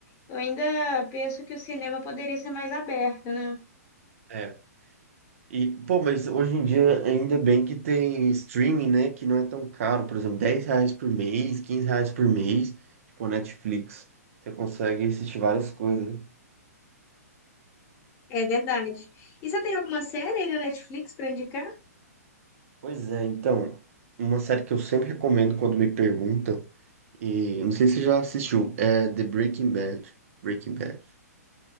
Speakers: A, on the left; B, on the right.
A: Eu ainda penso que o cinema poderia ser mais aberto, né?
B: É. E, pô, mas hoje em dia ainda bem que tem streaming, né? Que não é tão caro, por exemplo, 10 reais por mês, 15 reais por mês, tipo a Netflix. Você consegue assistir várias coisas.
A: É verdade. E você tem alguma série aí na Netflix para indicar?
B: Pois é, então, uma série que eu sempre recomendo quando me perguntam, e não sei se você já assistiu, é The Breaking Bad. Breaking Bad.